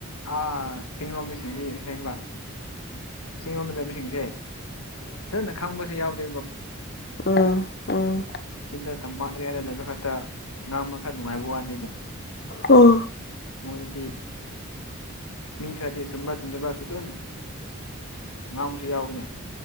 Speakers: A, on the left (about 90°); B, on the left (about 45°).
A: ꯑꯥ ꯆꯤꯡꯔꯣꯝꯗ ꯁꯤꯡꯗꯤ ꯑꯁꯦꯡꯕ ꯆꯤꯡ ꯂꯣꯝꯗ ꯂꯩꯕ ꯁꯤꯡꯁꯦ ꯐꯖꯅ ꯈꯪꯕꯁꯨ ꯌꯥꯎꯗꯦ
B: ꯑ ꯎ
A: ꯁꯤꯗ ꯇꯝꯄꯥꯛ ꯑꯦꯔꯤꯌꯥꯅ ꯂꯩꯕ ꯈꯛꯇ ꯉꯥꯡꯕ ꯈꯔ ꯅꯨꯡꯉꯥꯏꯕ ꯋꯥꯅꯦꯕ
B: ꯑꯣ
A: ꯃꯣꯏꯗꯗꯤ ꯃꯤ ꯈꯔꯗꯤ ꯆꯨꯝꯕ꯭ꯔ ꯆꯨꯝꯗꯕ꯭ꯔꯁꯨ ꯑꯗꯨꯝ ꯉꯥꯡꯕꯁꯨ ꯌꯥꯎꯕꯅꯦ